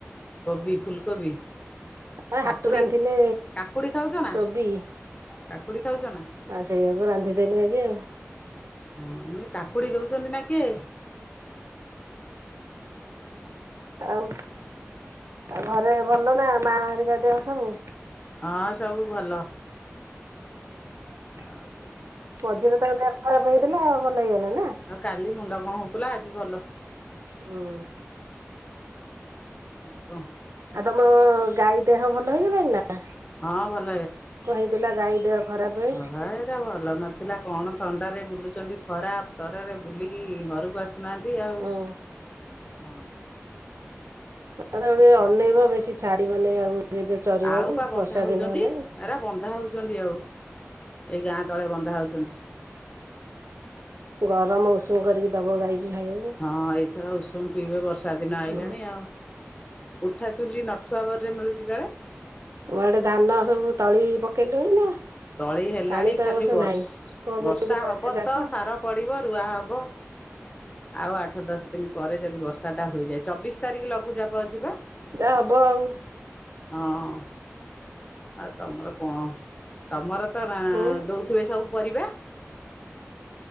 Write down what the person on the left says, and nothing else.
କୋବି ଫୁଲକୋବି
କାକୁଡ଼ି
କାକୁଡ଼ି ଖାଉଛ ନା?
କାକୁଡି ଖାଉଛ ନା?
ହଁ ମନେ କାକୁଡି ଦଉଛନ୍ତି ନା କିଏ?
ହଁ ସବୁ ଭଲ।
ଆଉ କଣ?
ଆଉ କାଲି ମୁଣ୍ଡ କଣ ହଉଥିଲା ଆଜି ଭଲ
ଆଉ କଣ?
ହଁ ଭଲ
ଭ ଏରା ଭଲ ନଥିଲା କଣ ଥଣ୍ଡାରେ ବୁଲୁଛନ୍ତି ଖରା ତରରେ ବୁଲିକି ଘରକୁ ଆସି ଶୁନୁନାହାନ୍ତି ଆଉ
ହଁ
ଆଉ ପା ବନ୍ଧା
ହଉଛନ୍ତି
ଏରା ବନ୍ଧା ହେଉଛନ୍ତି ଆଉ ଏଇ ଗାଁ ତଳେ ବନ୍ଧା ହେଉଛନ୍ତି।
ହଁ ଏଇଥର ଉଷୁମ ପିଇବ ବର୍ଷା ଦିନ ଆଇଲାଣି
ଆଉ। ଉଠା ଚୁଲି ନଠୁଆ କରି ମିଳୁଛି କୁଆଡେ଼?
ତଳି ହେଲାଣି
ଖାଲି
ବର୍
ବର୍ଷା
ହବ
ତ ସାର ପଡିବ ରୁଆ ହବ। ଆଉ ଆଠ ଦଶ ଦିନ ପରେ ଯଦି ବର୍ଷା ଟା ହୋଇଯାଏ ଚବିଶ ତାରିଖ ଲଘୁଚାପ ଅଛିି ପା।
ହଁ ଆଉ ତମର କଣ ତମର ତ ନା
ଦଉଥିବେ ସବୁ ପରିବା।